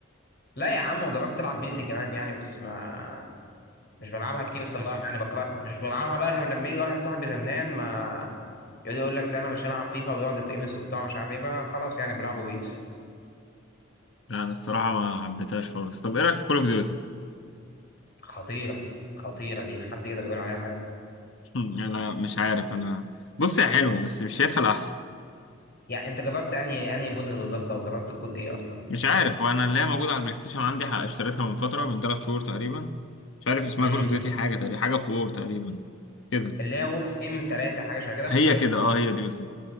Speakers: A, on the left; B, on the left.
A: لا يا عم وجربت العب بيس دي كمان يعني بس ما مش بلعبها كتير بس والله يعني بكرهها مش بلعبها بقى غير لما يجي واحد صاحبي زنان ما يقعد يقول لك لا انا مش هلعب فيفا ويقعد يتقمص وبتاع مش عارف ايه فخلاص يعني بلعبوا بيس
B: انا الصراحه ما حبيتهاش خالص طب ايه رايك في كول اوف ديوتي
A: خطيره خطيره دي حد يقدر يقول عليها حاجه
B: <laughs> انا مش عارف انا بص هي حلوه بس مش شايفها الاحسن
A: يعني انت جربت انهي انهي جزء بالظبط او جربت كود ايه اصلا
B: مش عارف وانا اللي هي موجوده على البلاي ستيشن عندي ح- اشتريتها من فتره من ثلاث شهور تقريبا مش عارف اسمها
A: امم
B: كول اوف ديوتي حاجه تقريبا حاجه في وور تقريبا كده
A: اللي هي وور فريم 3 حاجه شبه كده
B: هي كده اه هي دي بالظبط